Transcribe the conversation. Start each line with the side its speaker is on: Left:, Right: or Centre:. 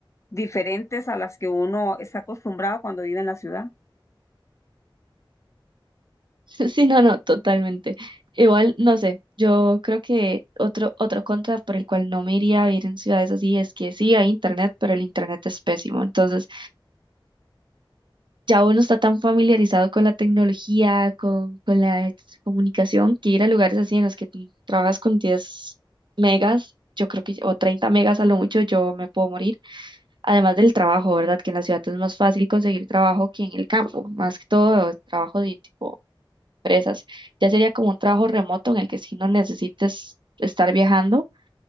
Left: diferentes a las que uno está acostumbrado cuando vive en la ciudad.
Right: <laughs> Sí, no, no, totalmente. Igual, no sé, yo creo que otro, otro contra por el cual no me iría a vivir en ciudades así es que sí hay internet, pero el internet es pésimo. Entonces, ya uno está tan familiarizado con la tecnología, con, con la comunicación, que ir a lugares así en los que tú trabajas con 10 megas, yo creo que, o 30 megas a lo mucho, yo me puedo morir. Además del trabajo, ¿verdad? Que en la ciudad es más fácil conseguir trabajo que en el campo, más que todo trabajo de tipo empresas. Ya sería como un trabajo remoto en el que sí no necesites estar viajando,